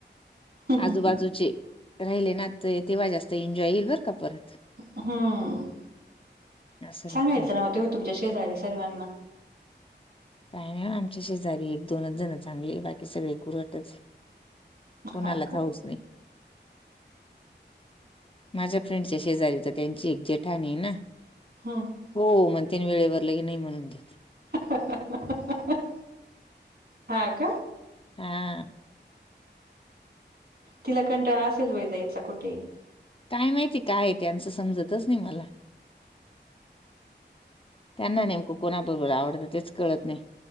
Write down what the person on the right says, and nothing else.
हम्म
हम्म
हम्म
सांगायचं ना तेव्हा तुम्ही तुमच्या शेजारी सर्वांना.
हा
का
<unintelligible>
<unintelligible> हा का.
तिला कंटाळा असेल बाई जायचा कुठंही.